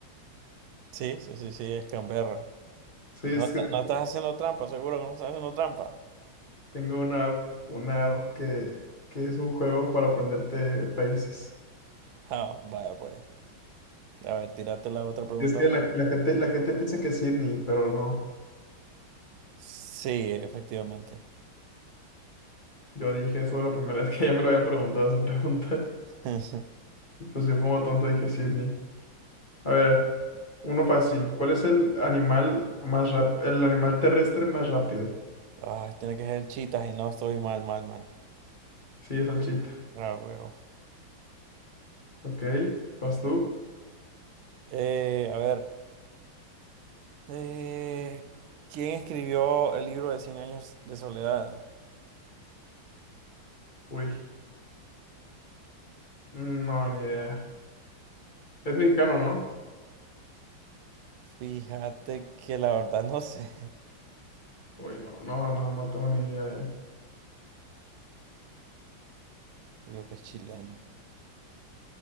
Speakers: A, on the right; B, on the left.
A: Sí, sí, sí, sí, es Canberra.
B: Sí,
A: No,
B: es
A: está-
B: que te-
A: no estás haciendo trampa, seguro que no estás haciendo trampa.
B: tengo una app, una app que, que es un juego para aprenderte países.
A: Ah, vaya pues. A ver, tírate la otra pregunta.
B: Es que la, la gente, la gente piensa que es Sydney, pero no.
A: Sí, efectivamente.
B: Yo dije eso la primera vez <laughs> que ya me lo habían preguntado esa pregunta.
A: <laughs>
B: Y pues yo como tonto dije Sydney. A ver, uno fácil. ¿Cuál es el animal más rap- el animal terrestre más rápido?
A: Ay, tiene que ser chitas y no estoy mal, mal, mal.
B: Sí, es el chita.
A: Ah, huevo.
B: Ok, ¿vas tú?
A: Eh, a ver, eh, ¿quién escribió el libro de 100 años de soledad?
B: Uy, no, ni idea. Es mexicano, ¿no?
A: Fíjate que la verdad no sé. <laughs>
B: Uy, no, no, no, no tengo ni idea. eh.
A: Yo creo que es chileno.